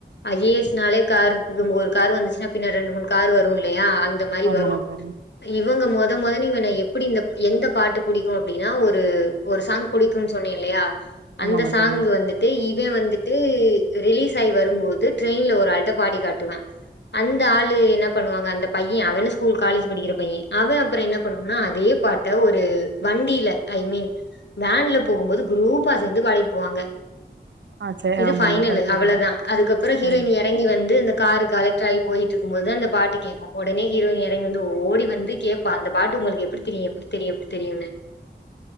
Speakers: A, on the left; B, on the right.
A: I A S நாலே காருக்குது ஒரு காரு வந்துச்சுனா பின்னாடி ரெண்டு மூணு காரு வரூ இல்லயா அ ந்த மாரி
B: ஆமாங்க
A: வரூ
B: தோழி
A: இவ்ங்க மொத மொதன் இவன எப்புடி இந்தப் எந்த பாட்ட புடிக்கூ அப்டினா ஒரு ஒரு சாங் புடிக்குன் சொன்னே இல்லயா
B: ஆமாங்க
A: அந்த சாங்கு
B: தோழி
A: வந் துட்டு இவே வந்துட்டு ரிலீஸ் ஆயி வரும்போது ட்ரெய்ன்ல ஒராள்ட்ட பாடி காட்டுவான் அந்த ஆளு என்ன பண்ணுவாங்க அந்த பையேன் அவன் ஸ்கூலு காலேஜு படிக்கிற பையே அவன் அப்றோ என்ன பண்ணுவானா அதே பாட் ட ஒரு வண்டில ஐ மீன் வேன்ல போகும்போது குரூப்பா சேந்து பாடிட்டு போவாங்க
B: ஆ சரி
A: இது
B: ஆமாங்க
A: ஃபைனலு
B: ஓகேங்க
A: அவுளதா அதுக்கப்புறோ ஹீரோயினிய
B: ஆ
A: எறங்கி வந்து அந்த காரு கலக்ட்ராயி போய்ட்டிருக்கும்போதுதா அந்த பாட்டு கேக்கூ ஒடனே ஹீரோய்னி எறங்கி வந்து ஓடி வந்து கே ப்பா அந்த பாட்டு உங்களுக்கு எப்டி தெரியு எப்டி தெரியு எப்டி தெரியுன்னு